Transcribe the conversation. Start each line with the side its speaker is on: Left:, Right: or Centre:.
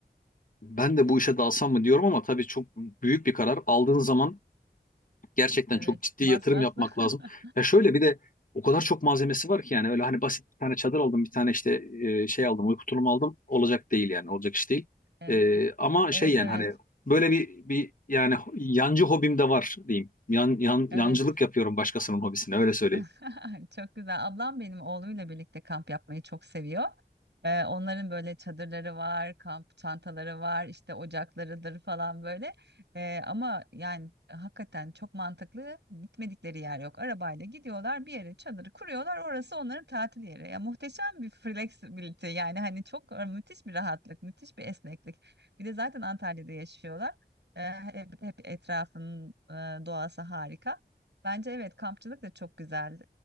Left: ben de bu işe dalsam mı diyorum ama tabii çok büyük bir karar. Aldığın zaman Gerçekten
Right: Evet,
Left: çok ciddi
Right: masraflı.
Left: yatırım yapmak
Right: <laughs>
Left: lazım. Ya şöyle bir de o kadar çok malzemesi var ki yani öyle hani basit bir tane çadır aldım, bir tane işte e, şey aldım, uyku tulumu aldım. Olacak değil yani, olacak iş değil.
Right: Evet,
Left: E, ama
Right: evet,
Left: şey yani
Right: evet.
Left: hani böyle bir bir yani yancı hobim de var diyeyim. Yan, yan,
Right: Evet.
Left: yancılık yapıyorum başkasının hobisine öyle söyleyeyim.
Right: <laughs> Çok güzel. Ablam benim oğluyla birlikte kamp yapmayı çok seviyor. Ee, onların böyle çadırları var, kamp çantaları var, işte ocaklarıdır falan böyle. Ee, ama yani hakikaten çok mantıklı gitmedikleri yer yok. Arabayla gidiyorlar bir yere çadırı kuruyorlar. Orası onların tatil yeri. Ya muhteşem bir flexibility yani hani çok e, müthiş bir rahatlık, müthiş bir esneklik. Bir de zaten Antalya'da yaşıyorlar. Ee, hep, hep etrafın e, doğası harika. Bence evet kampçılık da çok güzel